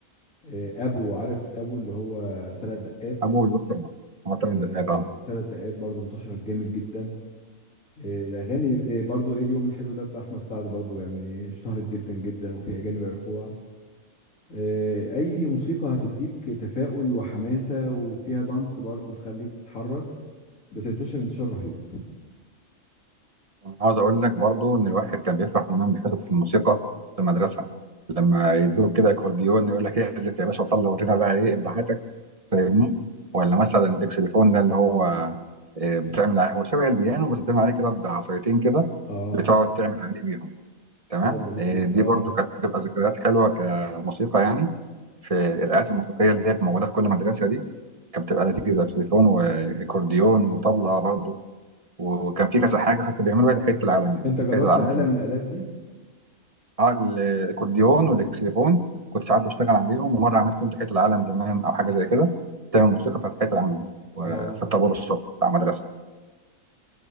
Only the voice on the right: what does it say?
ابو الوقت طبعا هو ثلاث
دقائق اه
انا عاوز اقول لك برضو ان الواحد كان بيفرح زمان بيحتفظ في الموسيقى في المدرسه لما يدوك كده اكورديون يقول لك إيه، اعزف يا باشا وطلع ورينا بقى ايه ابداعاتك فاهمني ولا مثلا الاكسليفون ده اللي هو آه، بتعمل عليه هو شبه البيانو بس بتعمل عليه كده بعصايتين كده
بتقعد تعمل عليه بيهم تمام
آه، دي
برضو كانت بتبقى ذكريات حلوه كموسيقى يعني في الآلات الموسيقية اللي هي موجودة في كل مدرسة دي كانت بتبقى لذيذة تليفون وأكورديون وطبلة برضو وكان في كذا حاجة حتى بيعملوا بيها تحية العالم يعني
تحية
العالم
في
اه الاكورديون والاكسليفون كنت ساعات بشتغل عليهم ومره عملت يوم تحيه العالم زمان او حاجه زي كده تعمل موسيقى بتاعت تحيه العالم و-
في الطابور الصبح بتاع المدرسه